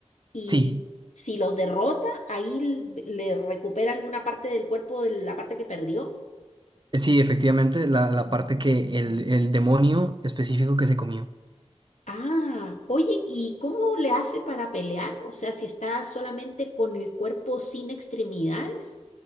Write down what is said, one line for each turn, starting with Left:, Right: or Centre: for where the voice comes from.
Left: y
Right: Sí,
Left: si los derrota, ahí l- le recupera alguna parte del cuerpo, de la parte que perdió.
Right: sí, efectivamente, la, la parte que el, el demonio específico que se comió.
Left: Ah, oye, ¿y cómo le hace para pelear? O sea, si está solamente con el cuerpo sin extremidades.